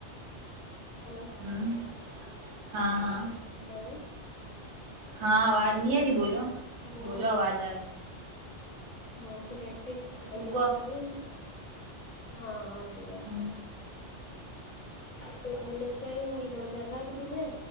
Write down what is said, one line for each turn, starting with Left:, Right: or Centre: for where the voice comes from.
Left: ہیلو
Right: <unintelligible> ہاں ہاں
Left: ہیلو
Right: ہاں آج نہیں ہے نہیںی بوولو
Left: ہیلو
Right: بولو آواز آ رہی
Left: ہاں س
Right: تم
Left: لے
Right: کو
Left: کے آئی ہوں گی ہاں آ رہی اپ
Right: ہوں
Left: تورائی لے کے آئی ہوں گی ا تو ادھر رہا کے دن ہے